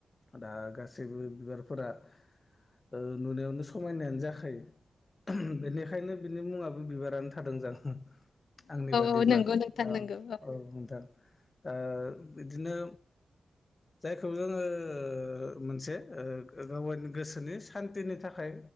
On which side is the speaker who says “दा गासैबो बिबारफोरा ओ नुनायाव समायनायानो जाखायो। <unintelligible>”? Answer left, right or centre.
Left